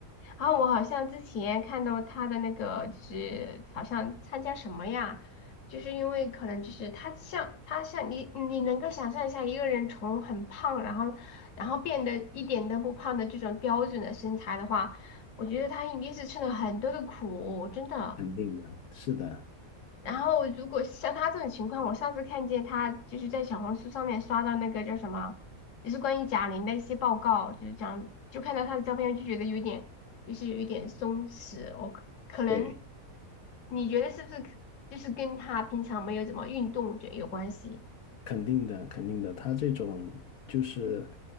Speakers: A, on the left (about 60°); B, on the left (about 80°).
A: 然后我好像之前看到他的那个，就是好像参加什么呀？就是因为可能就是他像他像你，你能够想象一下一个人从很胖，然后然后变得一点都不胖的这种标准的身材的话，我觉得他一定是吃了很多的苦，真的。
B: 肯定的，是的，
A: 然后如果像他这种情况，我上次看见他就是在小红书上面刷到那个叫什么，就是关于贾玲的一些报告，就是讲就看到他的照片就觉得有点就是有一点松弛，我可可能
B: 对。
A: 你觉得是不是可就是跟他平常没有怎么运动这有关系？
B: 肯定的，肯定的，他这种就是